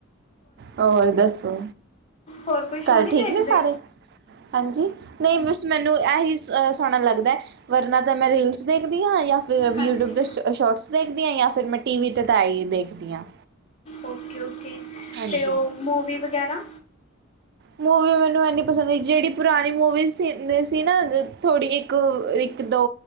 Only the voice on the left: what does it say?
ਹੋਰ ਕੋਈ ਸ਼ੋਅ
ਨਹੀਂ
ਦੇਖਦੇ
ਹਾਂਜੀ
ਓਕੇ-ਓਕੇ,
ਤੇ ਉਹ ਮੂਵੀ ਵਗੈਰਾ